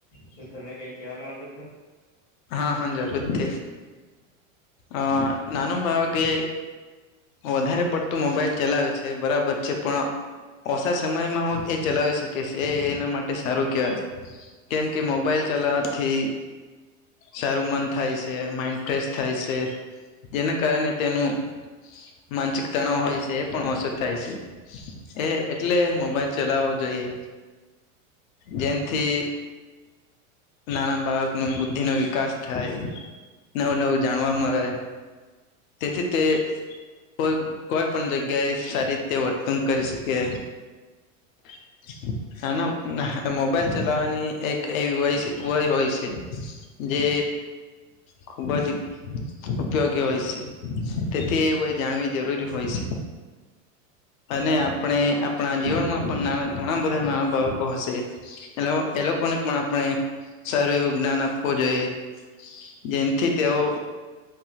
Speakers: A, on the left; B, on the left.
A: શું તમે કઈ ક્યાં માંગુ છો
B: હા હા જર થ આ નાનું ભાગ કે વધારે પડતું મોબાઈલ ચલાવે છે બરાબર છે પણ ઓછા સમયમાં હું એ ચલાવી શકેશ એના માટે સારું કેહેવાય કેમ કે મોબાઈલ ચલાવાથી સારું મન થાય છે માઈન્ડ ફ્રેશ થાય છે જેના કારણે તેનું માનસિક તણાવ હોય છે એ પણ ઓછો થાય છે એ એટલે મોબાઈલ ચલાવવો જોઈએ જેૈથી નાના બાળક ન બુદ્ધિ નવી વિકાસ થાય નવું નવું જાણવા મળે તેથી તે કોઈ કોઈ પણ જગ્યાએ સારી રીતે વર્તન કરી શકે <inaudible> ના ના મોબાઈલ ચલાવવાની એક એવી હોય હોય હોય છે જે ખૂબ જ ઉપયોગી હોય છે તેથી એ જાણવી જરૂરી હોય છે અને આપણે આપણા જીવનમાં પણ ઘણા બધા નાના બાળકો હશે એ એ લોકોને પણ આપણે સારું એવું જ્ઞાન આપ આપો જોઈએ જેમથી તેઓ